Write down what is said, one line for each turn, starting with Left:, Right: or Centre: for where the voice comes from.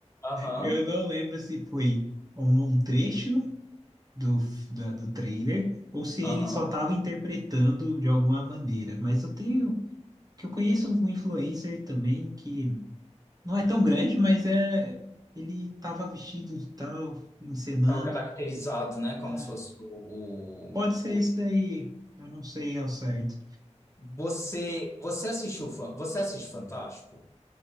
Left: Aham,
Right: eu, eu não lembro se foi um, um trecho do, f- da- do trailer ou se
Left: aham.
Right: ele só estava interpretando de alguma maneira. Mas eu tenho. Que eu conheço um influencer também que não é tão grande, mas é. Ele estava vestido e tal, encenando.
Left: Tava caracterizado, né, como
Right: Ah,
Left: se fosse o,
Right: pode ser
Left: o,
Right: esse
Left: o...
Right: daí. Eu não sei ao certo.
Left: Você, você assistiu, Fan- você assiste Fantástico?